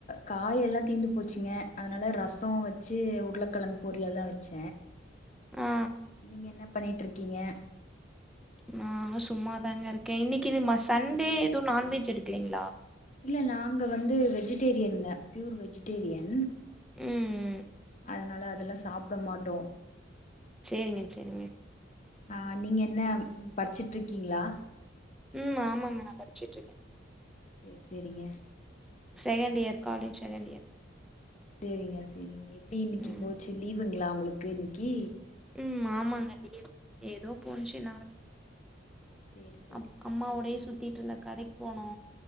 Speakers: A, on the left; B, in the centre.
A: காயெல்லா தீந்து போச்சுங்க அதனால ரசோ வச்சு உருளக்கெழங் பொரியல் தா வச்ச
B: ஆ
A: நீங்க என்ன பண்ணிட்ருக்கீங்க
B: ந சும்மாதாங்க இருக்கே இன்னிக்கி ம சண்டே எதூ நான்வெஜ் எடுக்கலைங்ளா
A: இல்ல நாங்க வந்து வெஜிடேரியன்ங்க ப்யூர் வெஜிடேரியன்
B: ம்
A: அதனால அதெல்லா சாப்ட மாட்டோ
B: சேரிங்க சேரிங்க
A: அ நீங்க என்ன படிச்சிட்டு்ர்க்கீங்களா
B: ம் ஆமாங்க நா படிச்சிட் இருக்கே
A: சேரி சேரிங்க
B: second year college second year
A: சேரிங்க சேரிங்க எப்டி இன்னைக்கு
B: ம்
A: போச்சு லீவுங்களா உங்களுக்கு இன்னிக்கி
B: ம் ஆமாங்க ஏதோ போனுச்சு நா
A: சேரி சேரி
B: அம் அம்மா ஓடே சுத்திட்டு இருந்த கடைக் போனோ